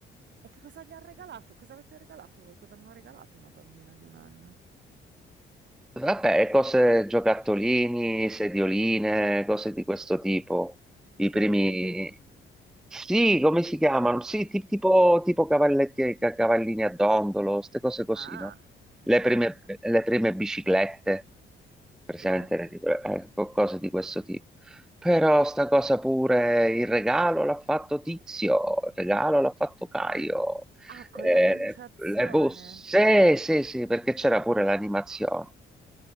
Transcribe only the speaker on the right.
E che cosa gli hanno regalato? Cosa avete regalato voi? Cosa hanno regalato a una bambina di un anno?
Sedioline.
Ah,
beh,
ah,
sì.
Ah, con
l'annunciazione.